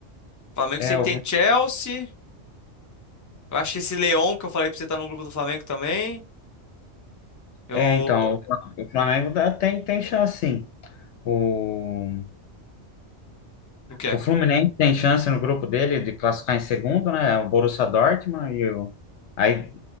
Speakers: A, on the left; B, on the left.
A: Flamengo
B: É,
A: sei que
B: o,
A: tem Chelsea. Eu acho que esse leão que eu falei pra você tá no grupo do Flamengo também. Eu.
B: é então, o Fla- o Flamengo dá- tem, tem chance, sim. O,
A: O que é?
B: o Fluminense tem chance no grupo dele de classificar em segundo, né? O Borussia Dortmund e o. Aí,